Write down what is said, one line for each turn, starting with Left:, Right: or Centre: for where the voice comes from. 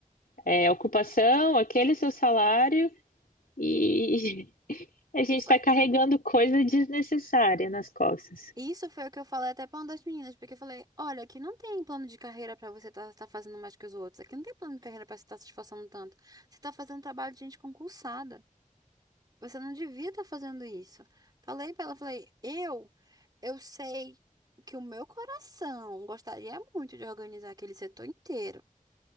Left: é, ocupação, aquele seu salário e <laughs> a gente
Right: e foi
Left: está carregando coisa desnecessária nas costas.
Right: Isso foi o que eu falei até pra uma das meninas, porque eu falei, olha, aqui não tem plano de carreira pra você estar fazendo mais que os outros. Aqui não tem plano de carreira pra você estar se esforçando tanto. Você tá fazendo trabalho de gente concursada. Você não devia estar fazendo isso. Falei pra ela, falei, eu, eu sei que o meu coração gostaria muito de organizar aquele setor inteiro.